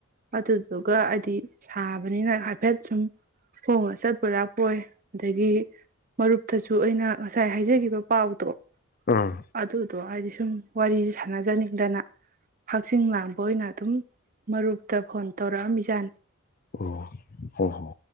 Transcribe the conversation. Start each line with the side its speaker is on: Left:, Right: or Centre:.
Right: ꯑꯗꯨꯗꯨꯒ ꯍꯥꯏꯗꯤ ꯁꯥꯕꯅꯤꯅ ꯍꯥꯏꯐꯦꯠ ꯁꯨꯝ ꯈꯣꯡꯅ ꯆꯠꯄꯣꯢ ꯂꯥꯛꯄꯣꯏ ꯑꯗꯒꯤ ꯃꯔꯨꯞꯇꯁꯨ ꯑꯩꯅ ꯉꯁꯥꯏ ꯍꯥꯏꯖꯈꯤꯕ ꯄꯥꯎꯗꯣ
Left: ꯑꯥ
Right: ꯑꯗꯨꯗꯣ ꯍꯥꯏꯗꯤ ꯁꯨꯝ ꯋꯥꯔꯤꯁꯦ ꯁꯥꯟꯅꯖꯅꯤꯡꯗꯅ ꯍꯛꯆꯤꯡ ꯂꯥꯡꯕ ꯑꯣꯏꯅ ꯑꯗꯨꯝ ꯃꯔꯨꯞꯇ ꯐꯣꯟ ꯇꯧꯔꯛꯑꯝꯃꯤꯖꯥꯅꯤ
Left: ꯑꯣ ꯍꯣ ꯍꯣ